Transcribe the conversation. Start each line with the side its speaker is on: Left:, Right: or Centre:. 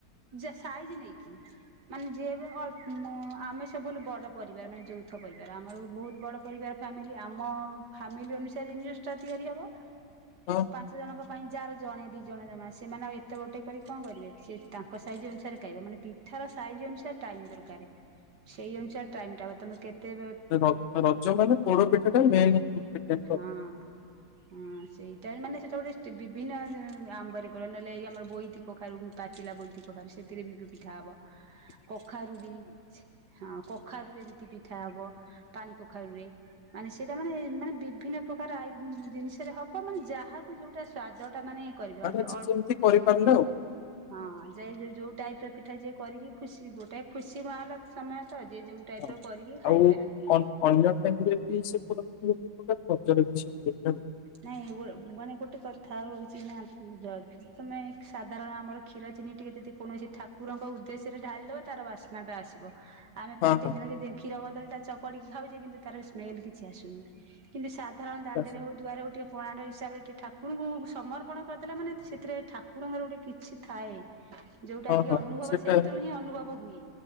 Right: ଯେ ସାଇଜ ନେଇକି।
Left: ହ
Right: ମାନେ ଯିଏ ଏବେ ଅଳ୍ପ ଉମ୍ ମ ଆମେ ସବୁ ହେଲୁ ବଡ଼ ପରିବାର ମାନେ ଯୌଥ ପରିବାର ଆମର ବହୁତ ବଡ଼। ପରିବାର ଫ୍ୟାମିଲି ଆମ ଫ୍ୟାମିଲି ଅନୁସାରେ ଜିନ୍ ଜିନିଷ୍ ଟା ତିଆରି ହବ।
Left: ହଁ।
Right: ପାଞ୍ଚ ଜଣଙ୍କ ପାଇଁ ଯାହାର ଜଣେ ଦି ଜଣ ଜମା ସେମାନେ ଆଉ ଏତେ ବଡ୍ ଟେ କରିକି କଣ କରିବେ? ସେ ତାଙ୍କ ସାଇଜ୍ ଅନୁସାରେ ଖାଇବେ ମାନେ ଟି ଠାର ସାଇଜ୍ ଅନୁସାରେ ଟାଇମ୍ ଦରକାରେ। ସେଇ ଅନୁସାରେ ଟାଇମ୍ ଟା ହବ ତମେ କେତେବେ
Left: ଏ ର ରଜ ମାନେ ପୋଡ ପିଠା ଟା ମେନ୍। ରହିବ ସେଟା
Right: ହଁ। ହଁ ସେଇଟା ମାନେ ସେଇଟା ଗୋଟେ ବିଭିନ୍ନ ଆମ୍ବର କରନ୍ତି ନହେଲେ ଏଇ ଆମର ବୋଇତି କଖାରୁ ପା ପାଚିଲା ବୋଇତି କଖାରୁ ସେଥିରେ ବିି ପିଠା ହବ।
Left: ହ
Right: କଖାରୁ ବି। ହଁ କଖାରୁୁ ରେ ଏମିତି ପିଠା ହବ। ପାଣି କଖାରୁୁରେ ମାନେ ସେ ଯା ମାନେ ମାନେ ବିଭିନ୍ନ ପ୍ରକାର ଆଇ ଜିନିଷରେ ହବ ମାନେ ଯାହାକୁ ଯୋଉଟା ସ୍ଵାଦ ଟା ମାନେ କରିବି
Left: ମାନେ
Right: ଆଜି
Left: ଯିଏ
Right: ଅଳ୍ପ୍
Left: ଯେମିତି କରିପାରିଲା ଆଉ
Right: ହଁ ଯାଇ ଯାଇ ଯୋଉ ଟାଇପ୍ ର ପିଠା ଯିଏ କରିକି ଖୁସି ଗୋଟାଏ ଖୁସି ମହଲ ସମୟ ତ ଯିଏ ଯୋଉ ଟାଇପ
Left: ହଁ
Right: ର କରିକି
Left: ଆଉ
Right: ଖାଇପାରୁଚି।
Left: ଅନ୍- ଅନ୍ୟ ଟାଇମ୍ ରେ ବି ସେ ପ୍ରକାର <unintelligible> ଖର୍ଚ ରଖିଛି।
Right: ନାଇଁ ମାନେ ଗୋଟେ କଥା ଆଉ ରହୁଛି ନା ଯଦ୍ ତମେ ସାଧାରଣ ଆମର କ୍ଷୀର ଚିନି ଟିକେ ଯେଦି କୌଣସି ଠାକୁରଙ୍କ ଉଦ୍ଦେଶ୍ୟରେ ଢାଳିିଦବ ତାର ବାସ୍ ନା ଟା ଆସିବ। ଆମେ
Left: ହଁ
Right: ପ୍ରତିଦିନ
Left: ହଁ
Right: ଯେଦି କ୍ଷୀର କଦଳୀ ଟା ଚକଡିକି ଖାଉଚେ କିନ୍ତୁ ତାର ସ୍ମେଲ କିଛି ଆସୁନି। କିନ୍ତୁ ସାଧାରଣ ଦାଣ୍ଡରେ
Left: ବାସ୍।
Right: ହଉ ଦୁଆରେ ହଉ ଟିକଏ ପଣାଣ୍ଡ ହିସାବରେ ଟିକେ ଠାକୁରଙ୍କୁ ସମର୍ପଣ କରିଦେଲା ମାନେ ସେଥିରେ ଠାକୁରଙ୍କର ଗୋଟେ କିଛି ଥାଏ ଯୋଉଟା
Left: ହଁ
Right: କି
Left: ହଁ
Right: ଅନୁଭବ
Left: ସେଟା
Right: ସେଇଥିରୁ ହିଁ ଅନୁଭବ ହୁଏ।